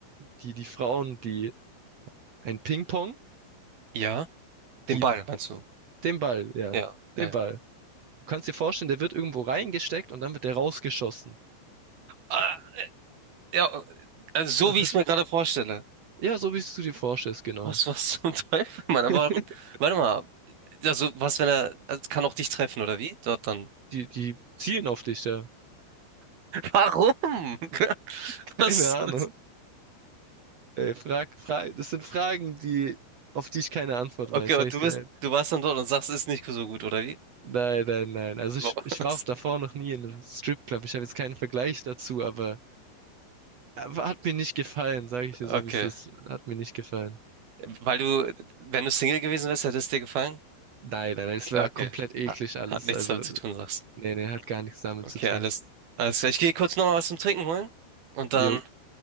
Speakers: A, on the right; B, on the right.
A: die, die Frauen, die ein Ping-Pong,
B: Ja? Den
A: die,
B: Ball, meinst du?
A: den Ball, ja,
B: Ja, ja,
A: den
B: ja.
A: Ball. Du kannst dir vorstellen, der wird irgendwo reingesteckt und dann wird der rausgeschossen.
B: Ah, ja, also
A: Das
B: so wie
A: ist-
B: ich es mir gerade vorstelle.
A: Ja, so wie du dir vorstellst, genau.
B: Was, was zum <laughs> Teufel, Mann? Aber
A: <laughs>
B: warte mal. Also, was, wenn er, also, kann auch dich treffen, oder wie? Dort dann
A: Die, die zielen auf dich, ja.
B: Warum? <laughs>
A: <laughs> Keine Ahnung.
B: Was?
A: Ey, frag, frag, das sind Fragen, die, auf die ich keine Antwort
B: Okay,
A: weiß,
B: und
A: sag ich
B: du
A: dir
B: bist, du warst dann dort und sagst, ist nicht so gut, oder wie?
A: Nein, nein, nein. Also
B: Was?
A: ich, ich war auch davor
B: <laughs>
A: noch nie in einem Stripclub. Ich habe jetzt keinen Vergleich dazu, aber, aber hat mir nicht gefallen, sage ich dir
B: Okay.
A: so, wie es ist. Hat mir nicht gefallen.
B: Weil du, wenn du Single gewesen wärst, hätte es dir gefallen?
A: Nein, nein, nein, es war
B: Okay.
A: komplett eklig
B: Ha-
A: alles.
B: Hat nichts
A: Also,
B: damit zu tun, sagst du.
A: nee, nee, hat gar nichts damit
B: Okay,
A: zu tun.
B: alles, alles klar. Ich gehe kurz nochmal was zum Trinken holen und dann
A: Jo,